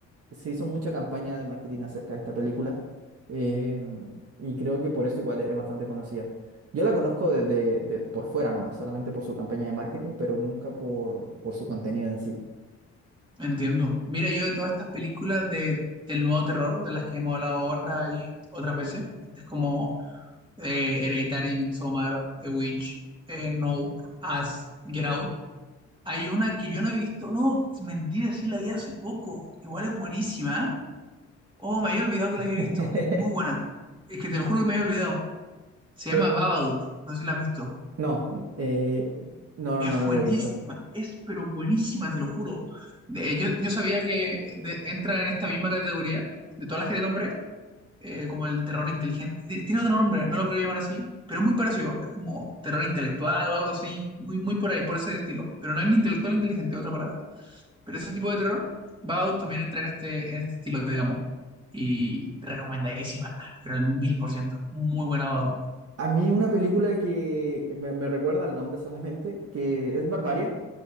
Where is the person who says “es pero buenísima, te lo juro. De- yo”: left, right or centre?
Right